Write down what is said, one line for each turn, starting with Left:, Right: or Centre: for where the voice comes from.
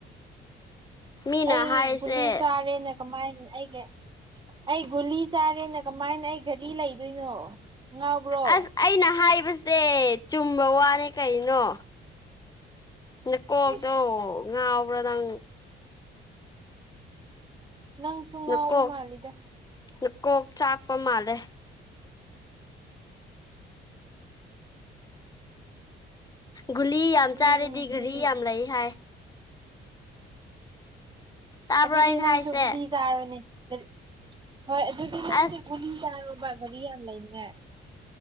Left: ꯃꯤꯅ
Right: ꯑꯩ
Left: ꯍꯥꯏꯔꯤꯁꯦ
Right: ꯒꯨꯂꯤ ꯆꯥꯔꯦꯅꯛ ꯀꯃꯥꯏꯅ ꯑꯩꯒ ꯑꯩ ꯒꯨꯂꯤ ꯆꯥꯔꯦꯅ ꯀꯃꯥꯏꯅ ꯑꯩ ꯘꯔꯤ ꯂꯩꯗꯣꯏꯅꯣ ꯉꯥꯎꯕ꯭ꯔꯣ
Left: ꯑꯁ ꯑꯩꯅ ꯍꯥꯏꯕꯁꯦ ꯆꯨꯝꯕ ꯋꯥꯅꯦ ꯀꯩꯅꯣ ꯅꯀꯣꯛꯇꯣ
Right: ꯏꯁ
Left: ꯉꯥꯎꯕ꯭ꯔꫭ ꯅꯪ
Right: ꯅꯪꯁꯨ ꯉꯥꯎꯕ
Left: ꯅꯀꯣꯛ
Right: ꯃꯥꯜꯂꯤꯗ
Left: ꯅꯀꯣꯛ ꯆꯥꯛꯄ ꯃꯥꯜꯂꯦ ꯒꯨꯂꯤ ꯌꯥꯝ ꯆꯥꯔꯗꯤ
Right: ꯅꯪꯁꯤꯗꯤ
Left: ꯘꯔꯤ ꯌꯥꯝ ꯂꯩ ꯍꯥꯏ ꯇꯥꯕ꯭ꯔꯣ
Right: ꯑꯗꯨꯗꯤ
Left: ꯑꯩꯅ
Right: ꯅꯪꯁꯨ
Left: ꯍꯥꯏꯁꯦ
Right: ꯒꯨꯂꯤ ꯆꯥꯔꯣꯅꯦ <unintelligible> ꯍꯣꯏ ꯑꯗꯨꯗꯤ ꯅꯪꯁꯨ
Left: ꯑꯁ
Right: ꯒꯨꯂꯤ ꯆꯥꯔꯣꯕ ꯒꯥꯔꯤ ꯌꯥꯝ ꯂꯩꯅꯤꯡꯉꯦ